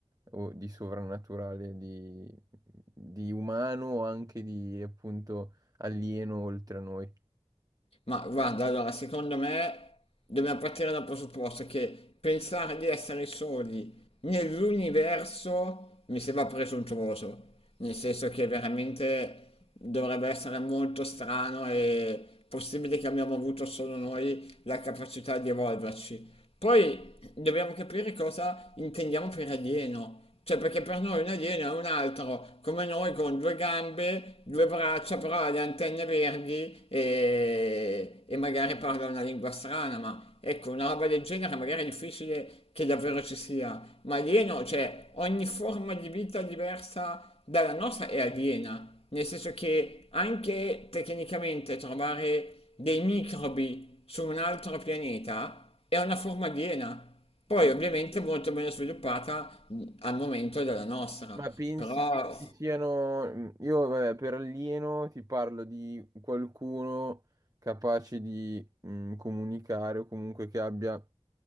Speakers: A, on the right; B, on the left.
A: o di sovrannaturale, di, di umano o anche di appunto alieno oltre a noi?
B: Ma guarda, allora, secondo me dobbiamo partire dal presupposto che pensare di essere soli nell'universo mi sembra presuntuoso, nel senso che veramente dovrebbe essere molto strano e possibile che abbiamo avuto solo noi la capacità di evolverci. Poi dobbiamo capire cosa intendiamo per alieno. Cioè, perché per noi un alieno è un altro, come noi con due gambe, due braccia, però ha le antenne verdi e, e magari parla una lingua strana, ma ecco, una roba del genere magari è difficile che davvero ci sia. Ma alieno, cioè, ogni forma di vita diversa dalla nostra è aliena, nel senso che anche tecnicamente trovare dei microbi su un altro pianeta è una forma aliena, poi
A: Cioè,
B: ovviamente molto meno sviluppata mm, al momento della nostra,
A: Ma pensi
B: però
A: che ci siano... Io, vabbè, per alieno ti parlo di qualcuno capace di mm, comunicare o comunque che abbia